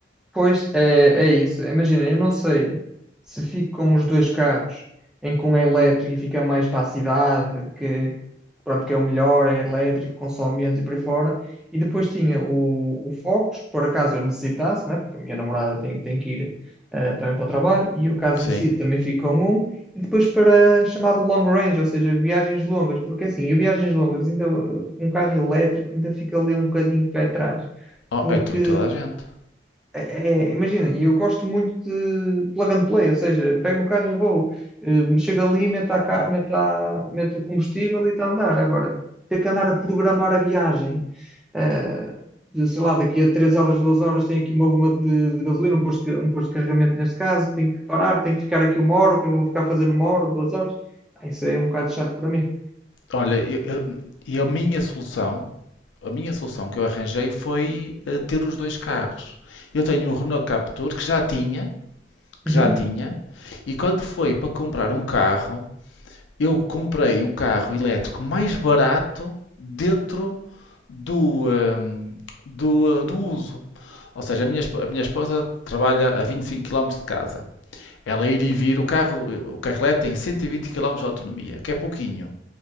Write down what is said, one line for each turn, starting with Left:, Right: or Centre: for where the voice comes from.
Centre: Pois é, é isso. Imagina, eu não sei se fico com os dois carros, em que um é elétrico e fica mais para a cidade, que pronto, que é o melhor, é elétrico, consome menos e por aí fora. E depois tinha o, o Focus, por acaso eu necessitasse, né? Porque a minha namorada tem, tem que ir eh, também para o trabalho, e eu caso
Left: Sim.
Centre: necessite também fico com um. E depois para chamado long range, ou seja, viagens longas, porque assim, e viagens longas, ainda eh, com um carro elétrico ainda fica ali um bocadinho pé atrás
Left: Oh,
Centre: porque
Left: é tu e toda a gente.
Centre: é, é, imagina, e eu gosto muito de plug and play, ou seja, pego no carro e vou, eh, chego ali, meto, a, ca- meto, a- meto o combustível e está a andar. Agora, ter que andar a programar a viagem, eh, de, sei lá, daqui a 3 horas, 2 horas, tenho aqui uma bomba de, de gasolina, um posto, de ca- um posto de carregamento neste caso, tenho que parar, tenho que ficar aqui uma hora, o que é que eu vou ficar fazendo uma hora, duas horas? Ah, Isso aí é um bocado chato para mim.
Left: Olha, e a minha solução, a minha solução que eu arranjei foi eh, ter os dois carros. Eu tenho um Renault Captur que já tinha, que
Centre: Uhum,
Left: já tinha, e quando foi para comprar um carro, eu comprei o carro elétrico mais barato dentro do, hum, do, eh, do uso. Ou seja, a minha, esp- a minha esposa trabalha a 25 km de casa. Ela ir e vir, o carro, o carro elétrico tem 120 km de autonomia, que é pouquinho.